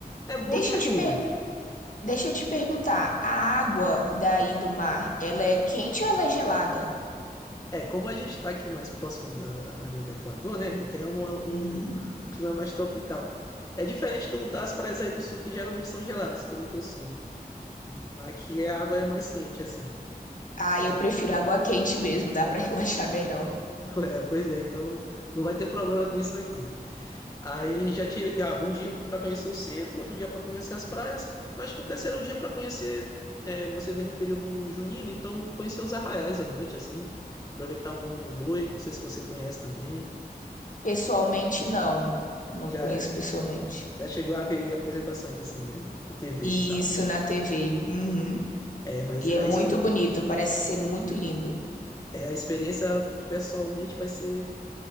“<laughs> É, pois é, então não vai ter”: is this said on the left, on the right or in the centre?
Left